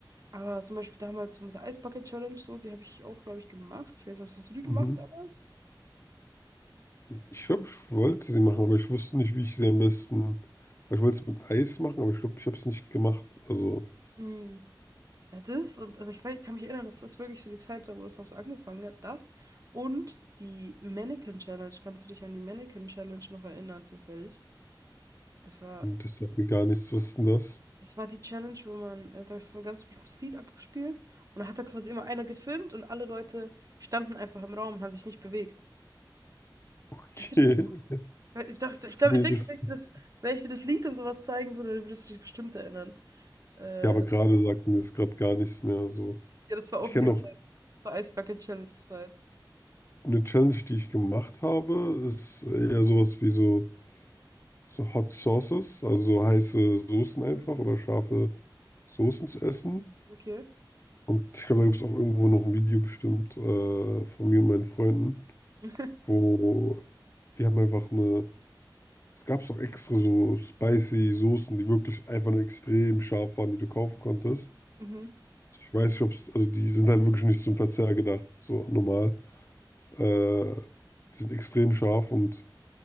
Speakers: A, on the right (about 45°); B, on the left (about 35°).
A: Aber zum Beispiel damals so mit der Eisbucket Challenge, so, die habe ich auch, glaube ich, gemacht. Ich weiß nicht, was hast du die gemacht
B: Mhm.
A: damals?
B: Ich glaube, ich wollte sie machen, aber ich wusste nicht, wie ich sie am besten. Weil ich wollte es mit Eis machen, aber ich glaube, ich habe es nicht gemacht. Also,
A: Mhm. Ja, das und also ich weiß, ich kann mich erinnern, dass das wirklich so die Zeit war, wo das auch so angefangen hat. Das und die Mannequin Challenge. Kannst du dich an die Mannequin Challenge noch erinnern, zufällig? Das war
B: das sagt mir gar nichts. Was ist denn das?
A: Das war die Challenge, wo man, äh, da ist so ein ganz bestimmtes Lied abgespielt und da hat da quasi immer einer gefilmt und alle Leute standen einfach im Raum und haben sich nicht bewegt.
B: Okay.
A: Kannst du dich, ich dachte,
B: <laughs>
A: ich glaube,
B: Nee,
A: ich denke,
B: das.
A: wenn ich,
B: das-
A: das, wenn ich dir das Lied und sowas zeigen würde, dann würdest du dich bestimmt erinnern. Äh,
B: Ja, aber
A: ja,
B: gerade sagt mir das gerade gar nichts mehr. So.
A: das war auch
B: Ich kenne
A: ein Glück
B: noch.
A: das Ice Bucket Challenge Zeit.
B: Eine Challenge, die ich gemacht habe, ist eher sowas wie so, so Hot Sauces, also so heiße Soßen einfach
A: Mhm,
B: oder scharfe Soßen zu essen.
A: okay.
B: Und ich glaube, da gibt es auch irgendwo noch ein Video bestimmt äh, von mir und meinen Freunden,
A: <laughs>
B: wo wir haben einfach eine, es gab doch extra so spicy Soßen, die wirklich einfach nur extrem scharf waren, die du kaufen konntest.
A: Mhm,
B: Ich weiß nicht, ob es, also die sind halt wirklich nicht zum Verzehr gedacht, so normal. Äh, die sind extrem scharf und